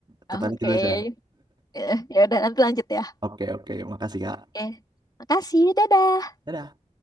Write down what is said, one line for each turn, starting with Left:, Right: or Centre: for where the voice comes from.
Right: Ke
Left: Oke.
Right: toilet dulu aja.
Left: Eh, Ya udah nanti lanjut ya.
Right: Oke, oke. Makasih, Kak.
Left: Oke. Makasih, dadah.
Right: Dadah.